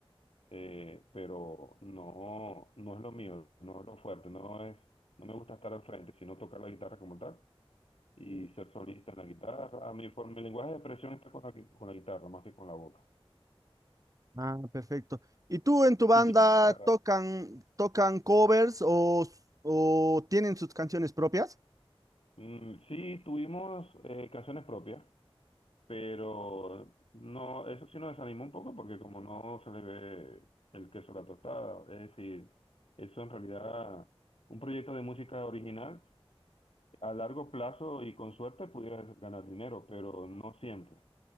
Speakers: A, on the left (about 70°); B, on the right (about 35°).
A: eh, pero no, no es lo mío, no es lo fuerte, no es, no me gusta estar al frente, sino tocar la guitarra como tal. y ser solista en la guitarra. A mí, por mi lenguaje de expresión está con la, gui- con la guitarra, más que con la boca.
B: Ah, perfecto. ¿Y tú en tu banda
A: ¿Y tienes guitarra?
B: tocan, tocan covers o, o tienen sus canciones propias?
A: Mm, sí, tuvimos eh, canciones propias, pero no, eso sí nos desanimó un poco porque como no se le ve el queso a la tostada, es decir, eso en realidad, un proyecto de música original, a largo plazo y con suerte pudieras ganar dinero, pero no siempre.